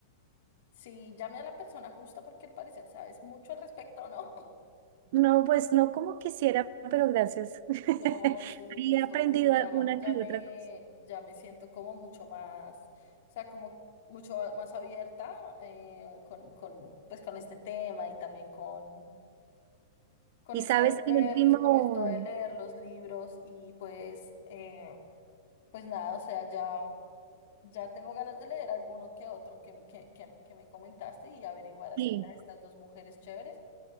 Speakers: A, on the left (about 65°); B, on the right (about 55°).
A: si llame a la persona justa porque al parecer sabes mucho al respecto, ¿no?
B: No, pues no como quisiera, pero gracias.
A: No,
B: <laughs>
A: sí,
B: Ahí
A: pues
B: he aprendido
A: obvio, ya,
B: una
A: ya
B: que
A: me,
B: otra cosa.
A: ya me siento como mucho más, o sea, como mucho más abierta eh, con, con, pues con este tema y también con, con
B: Y
A: esto
B: sabes
A: de
B: que el
A: leer,
B: último,
A: con esto de leer los libros y pues, eh, pues nada, o sea, ya, ya tengo ganas de leer alguno que otro que, que, que, que me comentaste y averiguar acerca
B: sí,
A: de estas dos mujeres chéveres.